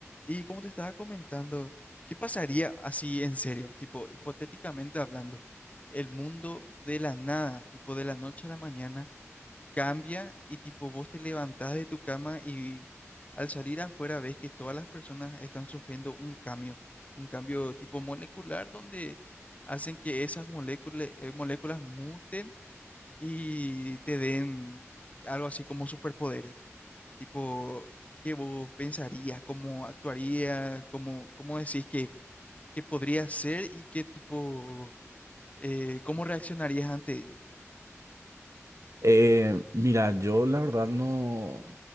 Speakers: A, on the left (about 30°); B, on the right (about 80°).
A: Y como te estaba comentando, ¿qué pasaría así en serio? Tipo, hipotéticamente hablando, el mundo de la nada, tipo de la noche a la mañana, cambia y tipo vos te levantás de tu cama y al salir afuera ves que todas las personas están sufriendo un cambio, un cambio tipo molecular donde hacen que esas moléculas, moléculas muten y te den algo así como superpoderes. Tipo, ¿qué vos pensarías? ¿Cómo actuarías? ¿Cómo, cómo decís que, que podría ser y qué tipo, eh, cómo reaccionarías ante ello?
B: Eh, mira, yo la verdad no,